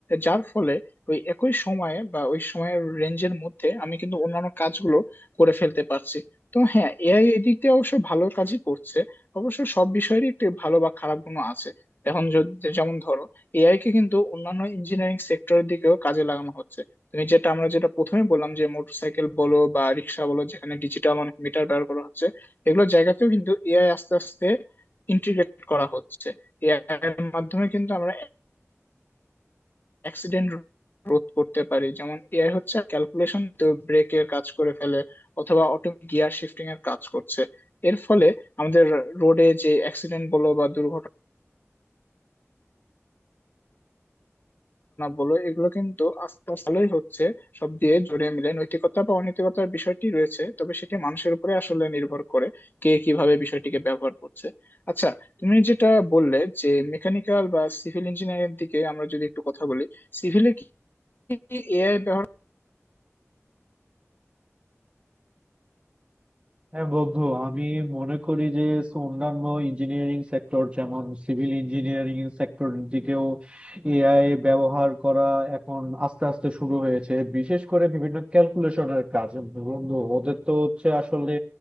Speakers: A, on the left; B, on the right.
A: যার ফলে ওই একই সময়ে বা ওই সময়ের রেঞ্জের মধ্যে আমি কিন্তু অন্যান্য কাজগুলো করে ফেলতে পারছি তো হ্যাঁ এআই এদিক দিয়ে অবশ্য ভালো কাজই করছে অবশ্য সব বিষয়েরই একটি ভালো বা খারাপ গুণও আছে এখন যদি যেমন ধরো এআই কে কিন্তু অন্যান্য ইঞ্জিনিয়ারিং সেক্টরের দিকেও কাজে লাগানো হচ্ছে তুমি যেটা আমরা যেটা প্রথমে বললাম যে মোটরসাইকেল বলো বা রিক্সা বলো যেখানে ডিজিটাল অনেক মিটার ব্যবহার করা হচ্ছে এগুলো জায়গাতেও কিন্তু এআই আস্তে আস্তে ইন্টিগ্রেট করা হচ্ছে এআই এর মাধ্যমে কিন্তু আমরা অ্যাক্সিডেন্ট রোধ করতে পারি যেমন এআই হচ্ছে ক্যালকুলেশন তো ব্রেকের কাজ করে ফেলে অথবা অটোমেটিক গিয়ার শিফটিং এর কাজ করছে এর ফলে আমাদের রোডে যে অ্যাক্সিডেন্ট বলো বা দুর্ঘটনা বলো এগুলো কিন্তু আস্তে আস্তে ভালোই হচ্ছে সব দিয়ে জড়িয়ে মিলে নৈতিকতা বা অনৈতিকতার বিষয়টি রয়েছে তবে সেটি মানুষের উপরে আসলে নির্ভর করে কে কিভাবে বিষয়টিকে ব্যবহার করছে আচ্ছা তুমি যেটা বললে যে মেকানিক্যাল বা সিভিল ইঞ্জিনিয়ারিং দিকে আমরা যদি একটু কথা বলি সিভিলে কি এআই ব্যবহার
B: হ্যাঁ বন্ধু আমি মনে করি যে অন্যান্য ইঞ্জিনিয়ারিং সেক্টর যেমন সিভিল ইঞ্জিনিয়ারিং সেক্টর দিকেও এআই ব্যবহার করা এখন আস্তে আস্তে শুরু হয়েছে বিশেষ করে বিভিন্ন ক্যালকুলেশনের কাজ বন্ধু ওদের তো হচ্ছে আসলে